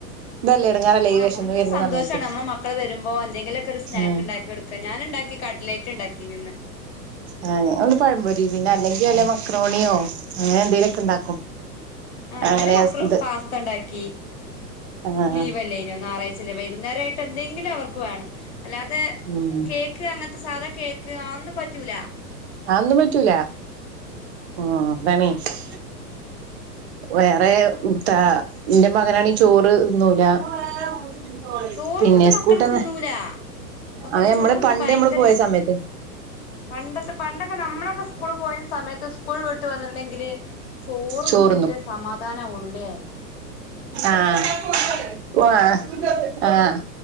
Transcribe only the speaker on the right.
ഇതല്ലേ എടങ്ങേറല്ലേ
ഈ വെശന്ന്
വരുന്ന
സമയത്ത്
ആഹ്
ആഹ് ഞങ്ങളിന്ന് പയംപൊരി പിന്നെ അല്ലെങ്കി വല്ല മക്രോണിയോ അങ്ങനെ എന്തെലുമൊക്കെ ഇണ്ടാക്കും.
അങ്ങനെ
ഇത്
ആഹ് ആഹ്
ഉം
അതൊന്നും പറ്റൂല ഉം <unintelligible> വേറെ താ ഇന്റെ മകനാണീ ചോറ് തിന്നൂല്ല <inaudible>
പിന്നെ സ്കൂട്ടന്ന
ആ
മ്മള പണ്ട്
നമ്മള് പോയ സമയത്ത്
ചോറ്ന്നും
ആഹ് പോ ആഹ്